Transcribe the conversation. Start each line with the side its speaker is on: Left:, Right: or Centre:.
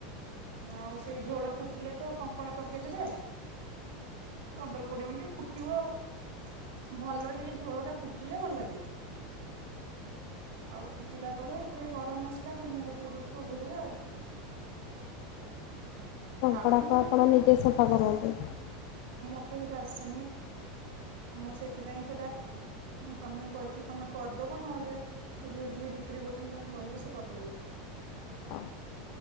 Right: ଆଉ ସେଇ ଝୋଳ ଫୁଟିଲେ ତ କଙ୍କଡ଼ା ପକେଇଦେବେ ପନ୍ଦର କୋଡିଏ ମିନିଟ୍ ଫୁଟିବ ଆ ଭଲରେ ଟିକେ ଝୋଳ ଟା ଫୁଟିଲେ ଭଲ ଲାଗିବ ଆଉ ଫୁଟିଲା ପରେ ଥିରେ ଗରମ ମସଲା ଧନିଆ ପତ୍ର ଦେଇକି ଓହ୍ଲେଇଦବେ ଆଉ
Left: କଙ୍କଡ଼ାକୁ
Right: ଆଉ ମୁଁ
Left: ଆପଣ ନିଜେ ସଫା କରନ୍ତି
Right: ମତେ ସେଟା ଆସନି ମୁଁ ସେଥିପାଇଁ ସେଟା ମୁଁ ସ୍ୱାମୀଙ୍କୁ କହିଥିଲି ତମେ କରିଦବ ନହେଲେ ସେ ଯୋଉ ଯିଏ ବିକ୍ରି କରୁଛନ୍ତି ତାଙ୍କୁ କହିବ ସେ କରିଦେବେ
Left: ହ